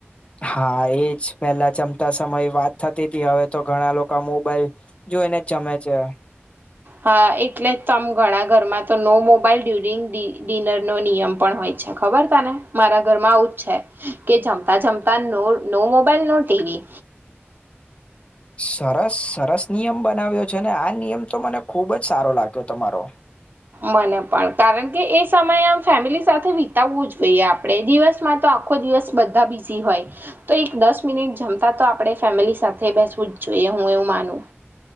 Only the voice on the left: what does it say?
હા એજ પેલા જમતા સમય વાત થતી હતી હવે તો ઘણા લોકો મોબાઈલ જોઈને જમે છે
સરસ સરસ નિયમ બનાવ્યો છે અનેને આ નિયમ તો મને ખુબ જ સારો લાગ્યો તમારો